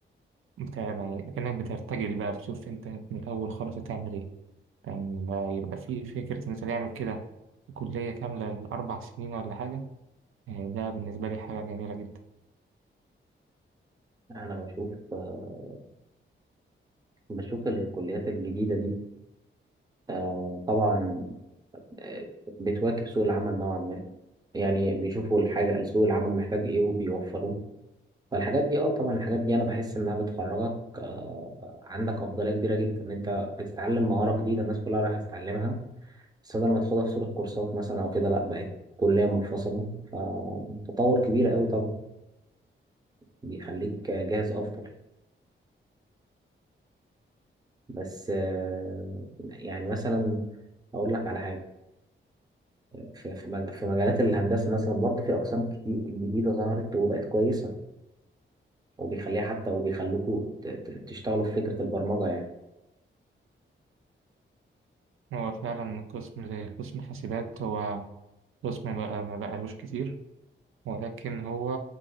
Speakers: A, on the right; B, on the right.
A: انت يعني كأنك بترتجل بقى بتشوف انت من الأول خالص هتعمل ايه كان يعني لا يبقى في فكرة ان انت تعمل كده كلية كاملة لأربع سنين ولا حاجة آه، ده بالنسبة لي حاجة جميلة جدا
B: انا بشوف آه، بشوف الكليات الجديدة دي آه، طبعا آه، بتواكب سوق العمل نوعا ما يعني بيشوفوا الحاجة سوق العمل محتاج ايه وبيوفروه فالحاجات دي اه طبعا الحاجات دي انا بحس انها بتخرجك آه عندك افضليه كبيره جدا ان انت بتتعلم مهاره جديده الناس كلها رايحه تتعلمها بس بدل ما تاخدها في صوره كورسات مثلا او كده لا بقت كليه منفصله فتطور كبير قوي طبعا بيخليك جاهز افضل بس آه يعني مثلا اقول لك على حاجه في في مج- في مجالات الهندسه مثلا برضه في اقسام كتير جديده ظهرت وبقت كويسه وبيخليها حتى وبيخلوكوا ت- ت- تشتغلوا في فكره البرمجه يعني
A: هو فعلا قسم زي قسم حاسبات هو قسم ما ما بقالوش كتير ولكن هو